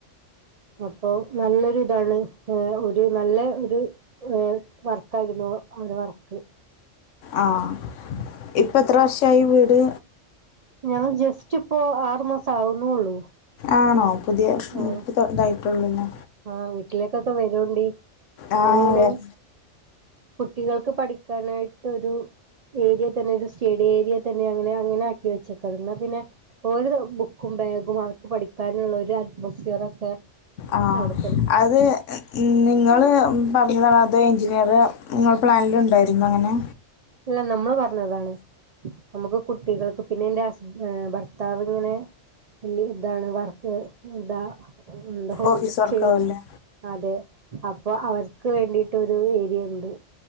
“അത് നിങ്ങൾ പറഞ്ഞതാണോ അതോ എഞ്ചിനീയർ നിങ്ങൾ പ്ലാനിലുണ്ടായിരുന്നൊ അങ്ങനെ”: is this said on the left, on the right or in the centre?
Left